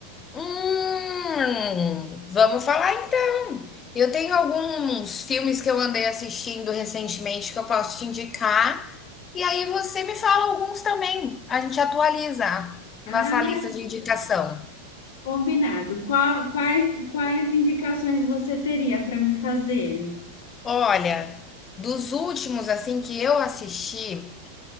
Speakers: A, on the left (about 20°); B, on the left (about 60°).
A: Hum, vamos falar então. Eu tenho alguns filmes que eu andei assistindo recentemente que eu posso te indicar. E aí você me fala alguns também. A gente atualiza
B: Ah,
A: nossa
B: maravilha.
A: lista de indicação.
B: Combinado. Qual- quais, quais indicações você teria para me fazer?
A: Olha, dos últimos assim que eu assisti,